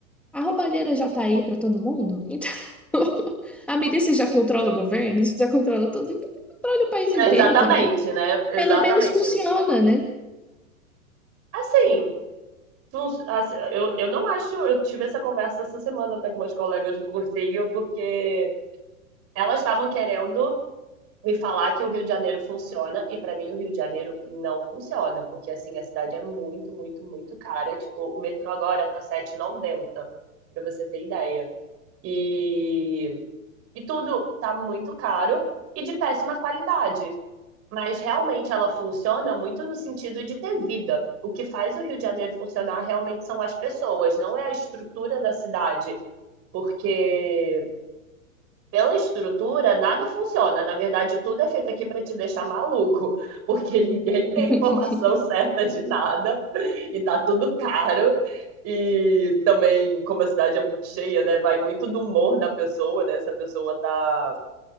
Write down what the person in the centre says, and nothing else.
a roubalheira já tá aí pra todo mundo. Então <laughs> a milícia já controla o governo, já controla tudo, então controla o país inteiro
também.
Pelo menos funciona, né?
<laughs>